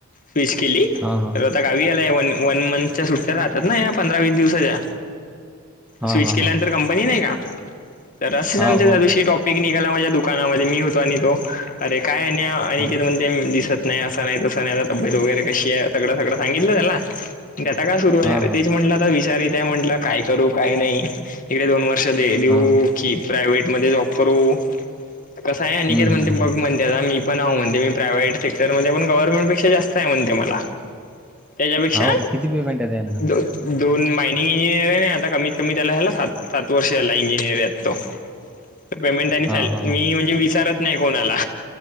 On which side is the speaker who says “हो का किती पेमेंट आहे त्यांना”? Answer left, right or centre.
Centre